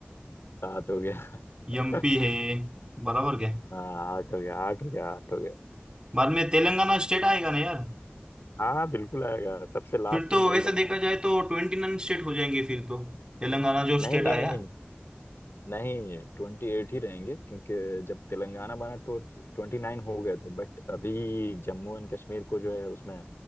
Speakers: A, on the left (about 75°); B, on the right (about 20°).
A: सात हो गया
B: एमपी
A: <laughs>
B: है बराबर क्या
A: हाँ आठ हो गया आठ हो गया आठ हो गया
B: बाद में तेलंगाना स्टेट आएगा ना यार
A: हाँ हाँ बिल्कुल आएगा सबसे लास्ट
B: फिर तो
A: में वही
B: वैसा
A: बना
B: देखा
A: है
B: जाए तो ट्वेंटी नाइन स्टेट हो जाएंगे फिर तो तेलंगाना जो
A: नहीं
B: स्टेट
A: नहीं नहीं
B: आया
A: नहीं नहीं ट्वेंटी एट ही रहेंगे क्योंकि जब तेलंगाना बना तो ट्वेंटी नाइन हो गए थे बट अभी जम्मू एंड कश्मीर को जो है उसमें